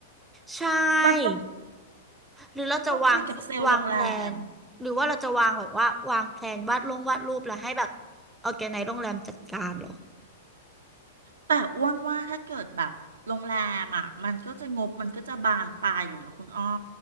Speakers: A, in the centre; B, on the right.
A: ใช่
B: มันต้อง
A: หรือเราจะวางวางแพลนหรือว่าเราจะวางแบบว่าวางแพลนวาดลงวาดรูปแล้วให้แบบ
B: มันต้องคุยกับเซลล์โรงแรม
A: ออร์แกไนซ์โรงแรมจัดการเหรอ
B: แต่อ้วนว่าถ้าเกิดแบบโรงแรมอ่ะมันก็จะงบมันก็จะบานปลายอยู่นะคุณอ้อ